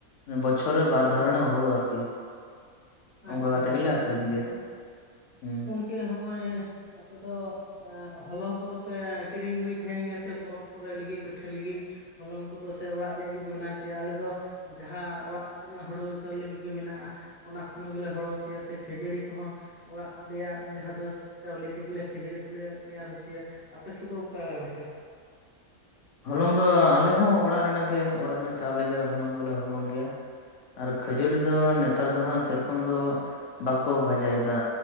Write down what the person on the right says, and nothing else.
ᱟᱪᱪᱷᱟ
ᱜᱚᱝᱠᱮ
ᱟᱹᱰᱤ ᱱᱟᱯᱟᱭ᱾
<unintelligible> ᱦᱚᱸᱜᱼᱚᱭ ᱟᱯᱮ ᱫᱚ ᱮᱸ ᱦᱚᱞᱚᱝ ᱠᱚᱫᱚᱯᱮ ᱠᱤᱨᱤᱧ ᱟᱹᱜᱩᱭ ᱛᱟᱦᱮᱱ ᱜᱮᱭᱟ ᱥᱮ ᱯᱚᱨᱚᱵᱽ ᱠᱚᱨᱮ ᱞᱟᱹᱜᱤᱫ ᱯᱤᱴᱷᱟᱹ ᱞᱟᱹᱜᱤᱫ ᱦᱚᱞᱚᱝ ᱠᱚᱫᱚ ᱥᱮ ᱚᱲᱟᱜ ᱨᱮᱭᱟᱜ ᱜᱮᱯᱮ ᱵᱮᱱᱟᱣ ᱦᱚᱪᱚᱭᱟ ᱟᱞᱮ ᱫᱚ ᱡᱟᱦᱟᱸ ᱚᱲᱟᱜ ᱨᱮᱱᱟᱜ ᱦᱩᱲᱩ ᱪᱟᱣᱞᱮ ᱠᱚᱜᱮ ᱢᱮᱱᱟᱜᱼᱟ ᱚᱱᱟ ᱠᱷᱚᱱ ᱜᱮᱞᱮ ᱦᱚᱞᱚᱝ ᱦᱚᱪᱚᱭᱟ ᱥᱮ ᱠᱷᱟᱹᱡᱟᱹᱲᱤ ᱠᱚᱦᱚᱸ ᱚᱲᱟᱜ ᱨᱮᱭᱟᱜ ᱡᱟᱦᱟᱸ ᱫᱚ ᱪᱟᱣᱞᱮ ᱛᱮᱜᱮᱞᱮ ᱠᱷᱟᱹᱡᱟᱹᱲᱤ ᱠᱚᱞᱮ ᱛᱮᱭᱟᱨ ᱦᱚᱪᱚᱭᱟ, ᱟᱯᱮ ᱥᱮᱫ ᱫᱚ ᱚᱠᱟ ᱞᱮᱠᱟ <inaudible>